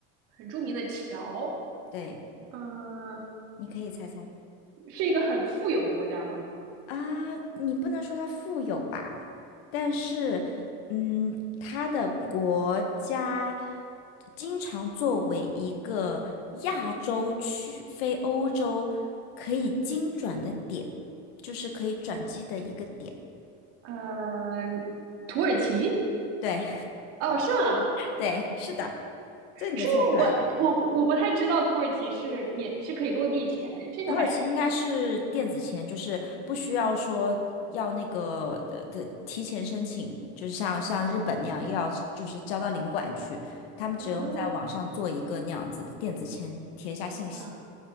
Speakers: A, on the right; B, on the left.
A: 很著名的桥，
B: 对，
A: 嗯、
B: 你可以猜猜。
A: 是一个很富有的国家吗？
B: 啊，你不能说它富有吧，但是，嗯，它的国家经常作为一个亚洲去非欧洲可以经转的点，就是可以转机的一个点。
A: 嗯，土耳其？
B: 对
A: 哦，是吗？
B: <laughs> 对，是的，这你就猜出来了。
A: 是吗？我我不我不太知道土耳其是免是可以落地签的，这个还
B: 土耳其应该是电子签，就是不需要说要那个的的提前申请，就是像像日本那样要就是交到领馆去，他们只用在网上做一个那样子的电子签，
A: 嗯
B: 填一下信息。
A: 哇，